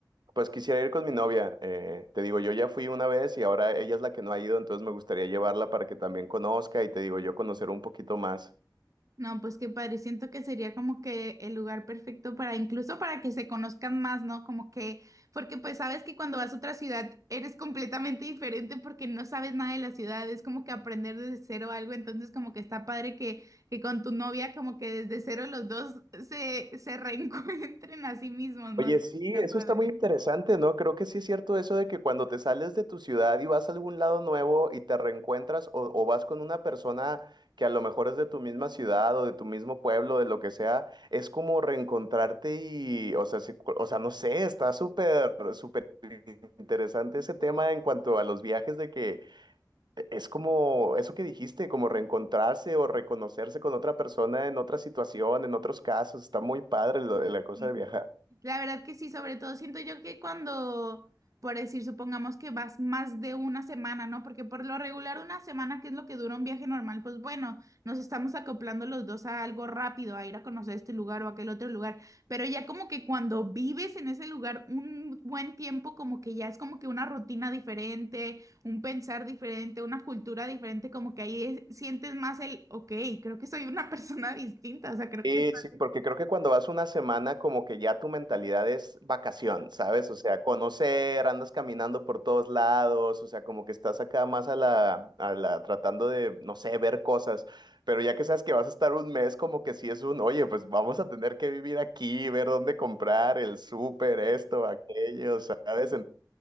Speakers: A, on the right; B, on the right.
A: Pues quisiera ir con mi novia, eh, te digo, yo ya fui una vez y ahora ella es la que no ha ido, entonces me gustaría llevarla para que también conozca y te digo, yo conocer un poquito más.
B: No, pues qué padre, siento que sería como que el lugar perfecto para incluso para que se conozcan más, ¿no? Como que, porque pues sabes que cuando vas a otra ciudad eres completamente diferente porque no sabes nada de la ciudad, es como que aprender desde cero algo, entonces como que está padre que, que con tu novia como que desde cero los dos se, se <laughs> reencuentren a sí mismos, ¿no?
A: Oye, sí,
B: Sería
A: eso
B: padre.
A: está muy interesante, ¿no? Creo que sí es cierto eso de que cuando te sales de tu ciudad y vas a algún lado nuevo y te reencuentras o, o vas con una persona que a lo mejor es de tu misma ciudad o de tu mismo pueblo, de lo que sea, es como reencontrarte y, o sea, sí, cu- o sea, no sé, está súper, súper interesante ese tema en cuanto a los viajes de que es como eso que dijiste, como reencontrarse o reconocerse con otra persona en otra situación, en otros casos, está muy padre lo- la cosa
B: Sí.
A: de viajar.
B: La verdad que sí, sobre todo siento yo que cuando, por decir, supongamos que vas más de una semana, ¿no? Porque por lo regular una semana, que es lo que dura un viaje normal, pues bueno, nos estamos acoplando los dos a algo rápido, a ir a conocer este lugar o aquel otro lugar, pero ya como que cuando vives en ese lugar un buen tiempo, como que ya es como que una rutina diferente, un pensar diferente, una cultura diferente, como que ahí es- sientes más el, ok, creo que soy una <laughs> persona distinta, o sea, creo
A: Sí,
B: que... está
A: sí, porque creo que cuando vas una semana como que ya tu mentalidad es vacación, ¿sabes? O sea, conocer, andas caminando por todos lados, o sea, como que estás acá más a la, a la tratando de, no sé, ver cosas, pero ya que sabes que vas a estar un mes, como que sí es un, oye, pues vamos a tener que vivir aquí, ver dónde comprar, el súper, esto, aquello, ¿sabes?